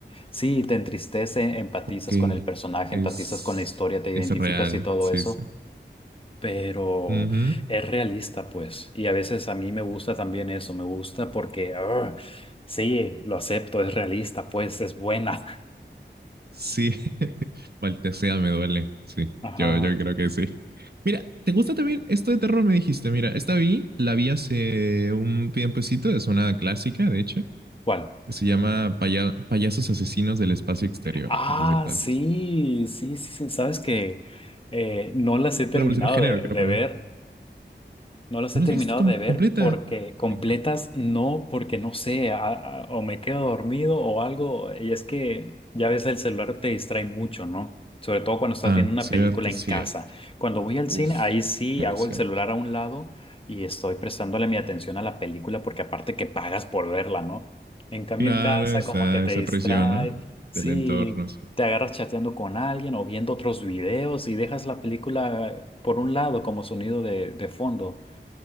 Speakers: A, on the left; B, on the right.
A: sí, te entristece, empatizas
B: Ok,
A: con el personaje,
B: es,
A: empatizas con la historia, te identificas
B: es real,
A: y todo
B: sí,
A: eso,
B: sí.
A: pero
B: Uh -huh.
A: es realista, pues. Y a veces a mí me gusta también eso, me gusta porque, ah, sí, lo acepto, es realista, pues, es buena.
B: Sí, <laughs> Maltesea me duele. Sí,
A: <laughs> Ajá.
B: yo, yo creo que sí. Mira, ¿te gusta también esto de terror? Me dijiste, mira, esta vi, la vi hace un tiempecito, es una clásica, de hecho,
A: ¿Cuál?
B: que se llama Paya- Payasos Asesinos del Espacio Exterior.
A: Ah,
B: No sé si la
A: sí,
B: has visto.
A: sí, sí, sí. Sabes que eh, no las he terminado
B: Revolución de género,
A: de,
B: creo
A: de
B: para
A: ver.
B: mí.
A: No los
B: ¿No
A: he
B: la
A: terminado
B: has visto tom-
A: de ver
B: completa?
A: porque completas
B: Me encanta.
A: no, porque no sé, a- a- o me quedo dormido o algo. Y es que ya ves, el celular te distrae mucho, ¿no? Sobre todo cuando estás
B: Ah,
A: viendo una
B: cierto,
A: película
B: cierto.
A: en casa. Cuando voy al
B: Uf,
A: cine, ahí sí
B: muy
A: hago
B: cierto.
A: el celular a un lado y estoy prestándole mi atención a la película porque aparte que pagas por verla, ¿no? En cambio
B: Claro,
A: en casa
B: esa,
A: como que te
B: esa
A: distrae,
B: presión, ¿no?
A: sí,
B: Del entorno, sí,
A: te agarras chateando con alguien o viendo otros videos y dejas la película por un lado como sonido de de fondo.